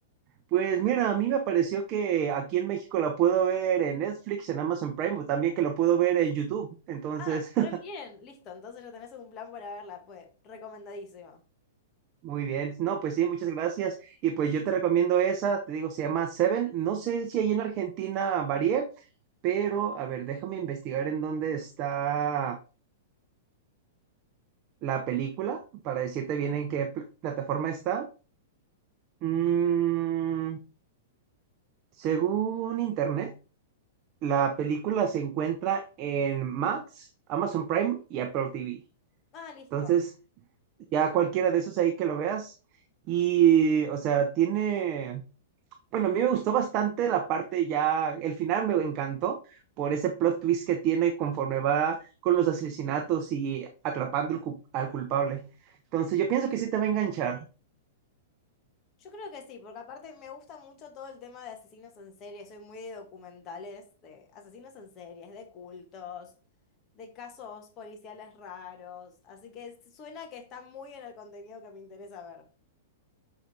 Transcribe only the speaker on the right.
Pues mira, a mí me pareció que aquí en México la puedo ver en Netflix, en Amazon Prime, o también que lo puedo ver en YouTube. Entonces,
<laughs>
Muy bien, no, pues sí, muchas gracias. Y pues yo te recomiendo esa, te digo, se llama Seven. No sé si ahí en Argentina varía, pero a ver, déjame investigar en dónde está la película para decirte bien en qué pl- plataforma está. Mm, según internet, la película se encuentra en Max, Amazon Prime y Apple TV.
Entonces, ya cualquiera de esos ahí que lo veas. Y, o sea, tiene Bueno, a mí me gustó bastante la parte ya, el final me encantó por ese plot twist que tiene conforme va con los asesinatos y atrapando al cu- al culpable. Entonces yo pienso que sí te va a enganchar.